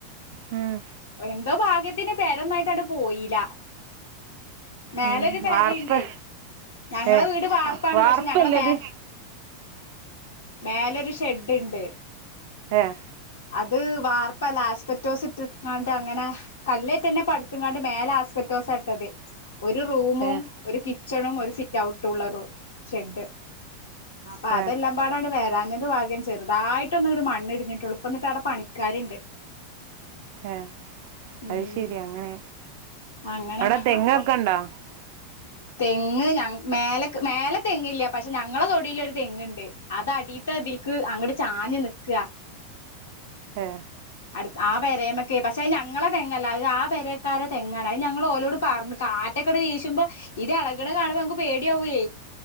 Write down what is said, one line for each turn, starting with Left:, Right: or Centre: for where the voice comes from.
Right: ഉം
Left: എന്തോ ഭാഗ്യത്തിന് പെരൊന്നായിട്ടട്ട് പോയില്ല മേലൊരു
Right: ഉം
Left: പെരേണ്ടേ
Right: വാർപ്പ്
Left: ഞങ്ങളെ
Right: ഏഹ്
Left: വീട് പാർപ്പാണ്
Right: വാർപ്പല്ലേത്
Left: പക്ഷെ ഞങ്ങളെ മേ മേലൊരു ഷെഡ്ണ്ട്
Right: ഏഹ്
Left: അത് വാർപ്പല്ല ആസ്പെറ്റോസ്റ്റ് ഇട്ട് ങ്ങാട്ട് അങ്ങനെ കല്ലേറ്റന്നെ പഠിത്ങ്ങാണ്ട് മേലെ ആസ്പറ്റോസട്ടത്. ഒരു റൂമും
Right: ഏഹ്
Left: ഒരു കിച്ചണും ഒരു സിറ്റ് ഔട്ടുംള്ള റൂ ഷെഡ് അപ്പ അതെല്ലാംപാടാട്
Right: ഏഹ്
Left: വേരാഞ്ഞത് വാഗ്യനെ ചെറുതായിട്ട് ഒന്ന്ങ്ങട് മണ്ണിടിഞ്ഞിട്ട്ള്ളു പ്പം എന്നിട്ടവടെ പണിക്കാര്ണ്ട്
Right: ഏ
Left: ഉം
Right: അയ്ശരി അങ്ങനെ
Left: അങ്ങനെ
Right: അവിടെ തെങ്ങൊക്കെണ്ടോ
Left: അപ്പൊ
Right: <inaudible>
Left: തെങ്ങ് ഞ മേലെ തെങ് ഇല്ല പക്ഷെ ഞങ്ങളെ തൊടില് ഒരു തെങ്ങ്ണ്ട് അത് അടീത്തതിൽക്ക് അങ്ങട് ചാഞ്ഞ് നിക്ക
Right: ഏ
Left: അടു ആഹ് പെരേയ്മക്കെ പക്ഷെ അത് ഞങ്ങളെ തെങ്ങല്ല അത് ആഹ് പെരേക്കാരെ തെങ്ങാണ് അത് ഞങ്ങൾ ഓലോട് പറഞ്ഞ് കാ ടെക്കടെ വീശുമ്പൊ ഇത് എളകണെ കാണുമ്പോ ഞങ്ക് പേടിയാവുവേ